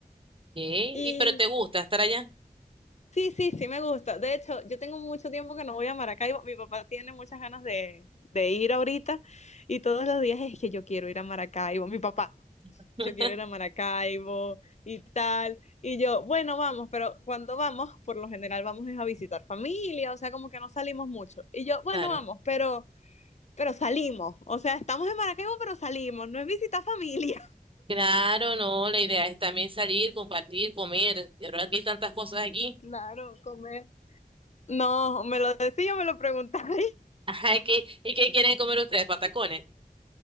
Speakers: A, on the right (about 35°); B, on the left (about 45°).
A: Y,
B: Y
A: pero te gusta estar allá,
B: Sí, sí, sí me gusta. De hecho, yo tengo mucho tiempo que no voy a Maracaibo. Mi papá tiene muchas ganas de, de ir ahorita y todos los días es que yo quiero ir a Maracaibo. Mi papá,
A: <laughs>
B: yo quiero ir a Maracaibo y tal. Y yo, bueno, vamos, pero cuando vamos, por lo general vamos es a visitar familia, o sea, como que no salimos mucho. Y yo, bueno,
A: claro.
B: vamos, pero, pero salimos. O sea, estamos en Maracaibo, pero salimos. No es visitar familia.
A: Claro, no, la idea es también salir, compartir, comer. De verdad que hay tantas cosas aquí.
B: Claro, comer. No, me lo decía, me lo preguntáis.
A: <laughs> Ajá, ¿y qué, y qué quieren comer ustedes? Patacones.